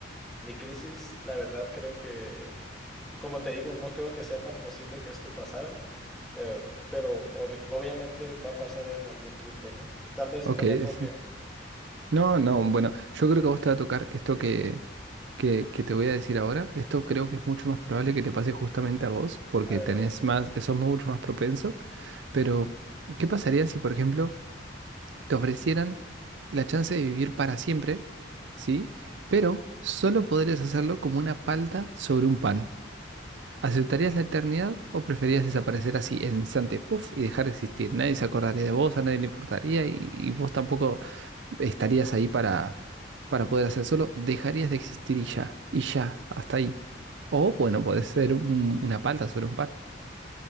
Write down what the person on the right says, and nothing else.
Ok,
ese.
No,
no,
bueno, yo creo que a vos te va a tocar esto que, que, que te voy a decir ahora. Esto creo que es mucho más probable que te pase justamente a vos, porque
tenés
más, sos mucho más propenso. Pero, ¿qué pasaría si, por ejemplo, te ofrecieran la chance de vivir para siempre, ¿sí? Pero solo podrías hacerlo como una palta sobre un pan. ¿Aceptarías la eternidad o preferirías desaparecer así en el instante, puff, y dejar de existir? Nadie se acordaría de vos, a nadie le importaría y, y vos tampoco estarías ahí para, para poder hacer solo. Dejarías de existir y ya, y ya, hasta ahí. O bueno, podés ser un- una palta sobre un pan,